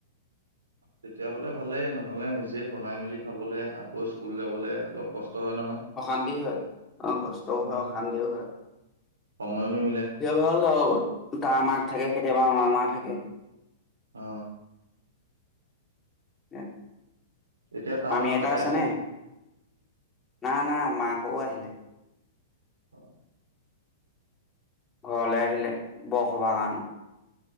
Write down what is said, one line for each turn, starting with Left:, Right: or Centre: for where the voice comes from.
Right: তেতিয়া হলে ভালেই নহলে নিজে বনাই মেলি খাবলে আকৌ স্কুল যাবলে অলপ কষ্ট। হয় নহয়
Left: অশান্তি হয় অ কষ্টও
Right: উম,
Left: হয় অশান্তিও হয়
Right: সময়ো নিমিলে
Left: সেয়া ভাল আৰু তাৰ মাক থাকে। কেতিয়াবা মামা থাকে।
Right: অ,
Left: উম
Right: এতিয়া তাৰ
Left: মামীআইটা
Right: মাক তাতে
Left: আছে নে
Right: নি?
Left: না, না মাকৰো আহিলে।
Right: অ,
Left: ঘৰলে আহিলে, বৰ সবাহ কাৰণে